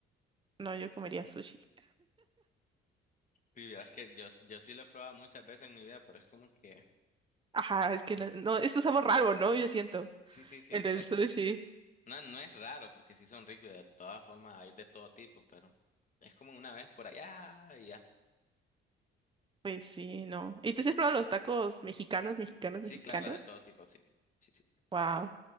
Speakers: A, on the right (about 25°); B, on the left (about 40°).
A: No, yo comería sushi.
B: Y verás que yo, yo sí lo he probado muchas veces en mi vida, pero es como que,
A: Ajá, es que
B: como
A: no,
B: que-
A: no, esto es un sabor raro, ¿no? Yo siento.
B: sí, sí, sí,
A: El
B: pero
A: del
B: es
A: sushi.
B: No, no es raro porque sí son ricos y de todas formas hay de todo tipo, pero es como una vez por allá y ya.
A: Pues sí, no. ¿Y tú sí has probado los tacos mexicanos, mexicanos,
B: Sí,
A: mexicanos?
B: claro, de todo tipo, sí. Sí, sí.
A: Wow.